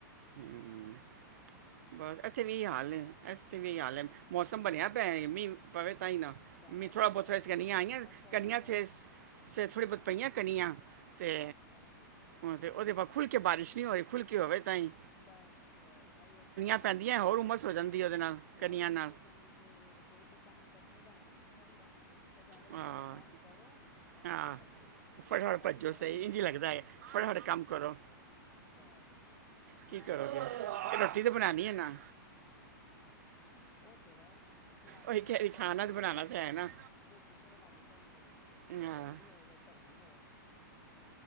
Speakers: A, on the right; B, on the left.
A: ਹੂੰ, ਬਸ ਇੱਥੇ ਵੀ ਇਹੀ ਹਾਲ ਐ ਇੱਥੇ ਵੀ ਇਹੀ ਹਾਲ ਐ ਮੌਸਮ ਸੰਭਣਿਆ ਪਿਆ ਮੀਂਹ ਪਵੇ ਤਾਂਹੀ ਨਾ
B: ਪੈਂਦਾ
A: ਮੀਂਹ ਥੋੜਾ
B: ਨੀ
A: ਬਹੁਤ
B: ਪਿਆ ਉਹੀ
A: ਕਣੀਆਂ
B: ਬੋਲ ਰਹੇ
A: ਆਈਆਂ
B: ਸੀ ਇਸ ਵਾਰ
A: ਕਣੀਆਂ
B: ਲੱਗਦਾ
A: ਏਥੇ। ਸਵੇਰੇ ਥੋੜ੍ਹੀ ਬਹੁਤ ਪਈਆਂ ਕਣੀਆਂ ਤੇ
B: ਜੀ,
A: ਹੁਣ ਤੇ ਉਹਦੇ ਬਾਅਦ ਖੁੱਲਕੇ ਬਾਰਿਸ਼ ਨਹੀਂ ਹੋਈ ਖੁੱਲਕੇ ਹੋਵੇ ਤਾਂਹੀ।
B: ਬਸ ਇਹੀ ਇੱਥੇ ਹਾਲ
A: ਪੈਂਦੀਆਂ
B: ਥੋੜਾ
A: ਹੋਰ
B: ਥੋੜ੍ਹਾ
A: ਉਮਸ
B: ਹੁੰਦਾ।
A: ਹੋ ਜਾਂਦੀ ਉਹਦੇ ਨਾਲ,
B: ਹੋਰ
A: ਕਣੀਆਂ
B: ਉਮਰ
A: ਨਾਲ।
B: ਸੋ ਜਾਂਦੀ ਜੇ ਰਸੋਈ ਤੇ ਕੰਮ ਕਰਨੇ ਦਾ ਮਨ ਨਹੀਂ ਕਰੇਗਾ। ਬਸ ਐਵੇਂ ਲੱਗੇਗਾ
A: ਹਾਂ,
B: ਕੰਮ ਕਰੋ। ਕਮਰੇ
A: ਹਾਂ,
B: ਚ ਭੱਜੋ
A: ਫਟਾਫਟ
B: ਏਸੀ ਚਾਲੂ
A: ਭੱਜੋ
B: ਕਰੋ
A: ਸਹੀ
B: ਔਰ
A: ਇੰਝ
B: ਬੈਠੋ।
A: ਹੀ ਲੱਗਦਾ ਹੈ, ਫਟਾਫਟ ਕੰਮ ਕਰੋ।
B: ਬਸ
A: ਕੀ
B: ਹਾਂ
A: ਕਰੋਗੇ
B: ਨਾ ਪਰੇਸ਼ਾਨ ਹੋ ਗਿਆ
A: ਰੋਟੀ
B: ਬੰਦਾ
A: ਤਾਂ ਬਣਾਣੀ
B: ਕੀ ਕਰੇ।
A: ਹੈ ਨਾ,
B: ਉਹ ਤੇ ਹੈ ਜਨਾਨੀਆਂ
A: ਉਹੀ ਕਹਿ
B: ਨੂੰ ਜੋ
A: ਰਹੀ
B: ਮਰਜ਼ੀ
A: ਖਾਣਾ
B: ਹੋਜੇ।
A: ਤਾਂ ਬਣਾਣਾ ਤਾਂ ਹੈ ਨਾ।
B: ਰੋਟੀ ਤਾਂ ਬਣਾਣੀ ਪੈਣੀ ਐ
A: ਹਾਂ,
B: ਚਾਹੇ ਗਰਮੀ ਹੋਏ ਚਾਹੇ ਧਰਮੀ ਹੋਏ।